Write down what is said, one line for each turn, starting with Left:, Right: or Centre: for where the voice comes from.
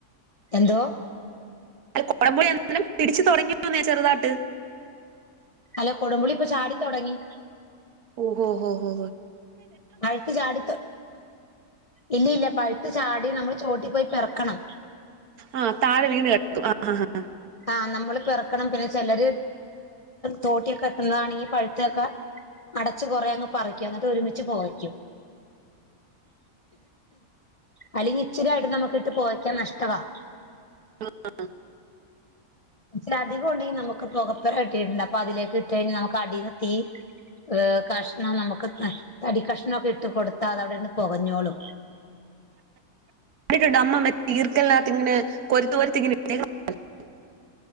Left: എന്തോ
Right: അല്ല കുടമ്പുളി അന്നേരം പിടിച്ച് തുടങ്ങിയെന്നേ ചെറുതാട്ട്
Left: അല്ല കൊടുമ്പുളി ഇപ്പൊ ചാടിത്തൊടങ്ങി
Right: ഓഹോ ഓഹോ
Left: പഴുത്തു ചാടി തൊ ഇല്ല ഇല്ല പഴുത്ത് ചാടി നമ്മള് ചോട്ടി പോയി പെറക്കണം
Right: ആഹ് താഴെ വീണ് കെടക്കും ആഹ്
Left: ആ നമ്മള് പെറക്കണം പിന്നെ ചിലര് തോട്ടിയൊക്കെ എത്തുന്നതാണെങ്കി പഴുത്തൊക്കെ അടച്ചു കുറേ അങ്ങ് പറിക്കും എന്നിട്ട് ഒരുമിച്ച് പൊകയ്ക്കും അല്ലെങ്കി ഇച്ചിരിയാട്ട് നമുക്ക്‌ട്ട് പോകയ്ക്കാൻ നഷ്ടവാ
Right: ആഹ്
Left: ഇച്ചിരി അധികംണ്ടെങ്കിൽ നമുക്ക്‌ പൊകപ്പര കെട്ടിട്ടുണ്ട് അപ്പ അതിലേക്ക്ട്ടഴിഞ്ഞാ നമുക്ക് അടിന്ന് തീ ഏഹ് കഷ്ണം നമുക്ക് തടി കഷ്ണംക്കെ ഇട്ട് കൊടുത്താ അതവിടെന്ന് പൊകഞ്ഞോളും
Right: കണ്ടിട്ടുണ്ട് അമ്മ മറ്റേ ഈർക്കലിനാത്തിങ്ങനെ കൊര്ത്ത് കൊരുത്തിങ്ങനെ ഇട്ടേക്കുന്ന കണ്ടിട്ടുണ്ട്